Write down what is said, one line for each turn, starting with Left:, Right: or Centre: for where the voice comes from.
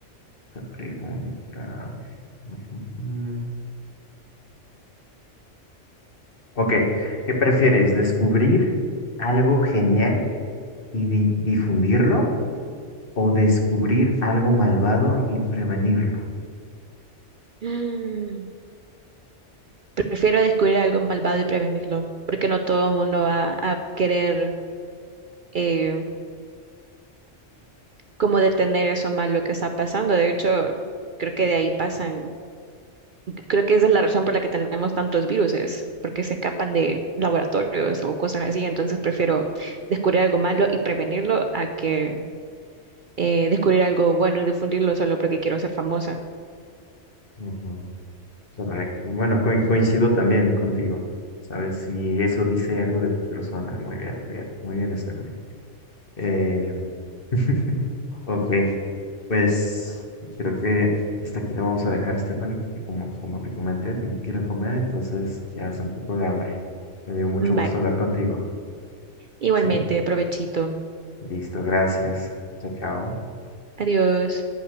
Left: Esta pregunta. <laughs> Ok, ¿qué prefieres? ¿Descubrir algo genial y di- difundirlo o descubrir algo malvado y prevenirlo?
Right: Mm, Prefiero descubrir algo malvado y prevenirlo, porque no todo el mundo va a querer eh, como detener eso malo que está pasando. De hecho, creo que de ahí pasan, creo que esa es la razón por la que tenemos tantos virus, es porque se escapan de laboratorios o cosas así. Entonces prefiero descubrir algo malo y prevenirlo a que eh, descubrir algo bueno y difundirlo solo porque quiero ser famosa.
Left: Ujú, Correcto. Bueno, co- coincido también contigo. ¿Sabes? Si eso dice algo de tu persona. Muy bien, muy bien. Muy bien, Stephanie. Eh, <laughs> ok, Pues creo que hasta aquí lo vamos a dejar, Stephanie, que como, como te comenté, tengo que ir a comer, entonces ya hace un poco de hambre. Me dio mucho
Right: Bye.
Left: gusto hablar contigo,
Right: Igualmente,
Left: ¿sí?
Right: provechito.
Left: Listo, gracias. Chao, chao.
Right: Adiós.